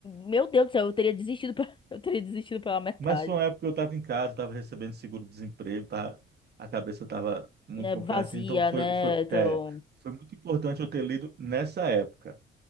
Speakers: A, on the left (about 25°); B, on the right (about 55°).
A: meu Deus do céu, eu teria desistido, pe- <laughs> eu teria desistido pela metade.
B: Mas foi uma época que eu estava em casa, estava recebendo seguro-desemprego, tava- a cabeça estava muito
A: É
B: complicada,
A: vazia,
B: assim, então foi,
A: né?
B: foi,
A: Então.
B: é, foi muito importante eu ter lido nessa época.